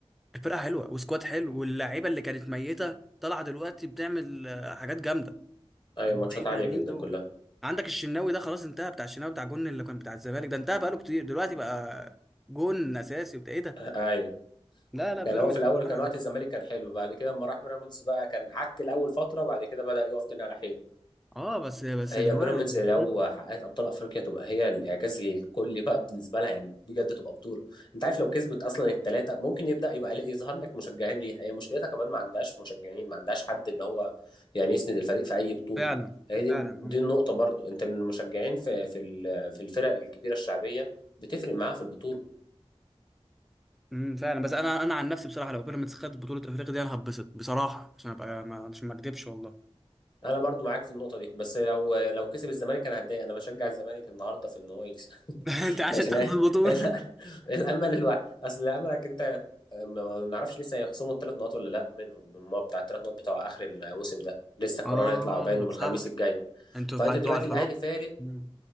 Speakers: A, in the centre; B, on the left.
A: الفرقه حلوه وسكواد حلو واللعيبه اللي كانت ميته طالعه دلوقتي بتعمل آه، حاجات جامده
B: ايوه
A: أبو
B: ماتشات
A: ايه
B: عاليه
A: ده مين
B: جدا
A: دول
B: كلها
A: عندك الشناوي ده خلاص انتهى بتاع الشناوي بتاع جون اللي كان بتاع الزمالك ده انتهى بقاله كتير دلوقتي بقى جون اساسي وبتاع ايه ده
B: ايوه
A: لا لا بيراميدز
B: كان هو في الاول
A: بصراحة
B: كان وقت الزمالك كان حلو بعد كده اما راح بيراميدز بقى كان عك الاول فتره بعد كده بدأ يقف تاني على حيل
A: اه بس بس
B: هي
A: دلوقتي
B: بيراميدز
A: <laughs>
B: لو
A: مم.
B: حققت ابطال افريقيا تبقى هي الاعجاز الكلي بقى بالنسبه لها يعني بجد تبقى بطوله انت عارف لو كسبت اصلا الثلاثه ممكن يبدا يبقى ليه- يظهر لك مشجعين ليها هي مشكلتها كمان ما عندهاش مشجعين ما عندهاش حد اللي هو يعني يسند الفريق في اي بطوله
A: فعلا
B: هي دي
A: فعلا
B: دي
A: اه
B: النقطه برضو انت المشجعين في في ال- في الفرق الكبيره الشعبيه بتفرق معاها في البطوله
A: امم فعلا بس انا انا عن نفسي بصراحه لو بيراميدز خدت بطوله افريقيا دي انا هتبسط بصراحه عشان ابقى ما- عشان ما اكدبش والله
B: انا برضو معاك في النقطه دي بس لو لو كسب الزمالك انا هتضايق انا بشجع الزمالك النهارده في ان هو يكسب
A: <laughs> انت عشان
B: عشان
A: تاخد
B: إيه؟
A: البطوله
B: <laughs> الامل الوحيد اصل الاملك انت ما ما نعرفش لسه هيخصموا الثلاث نقط ولا لا منهم من الماتش بتاع الثلاث نقط بتوع اخر الموسم ده لسه القرار
A: اه
B: هيطلع باين يوم
A: صح
B: الخميس الجاي
A: انتوا
B: فانت
A: في حد
B: دلوقتي
A: على الحراك
B: الاهلي فارق
A: مم.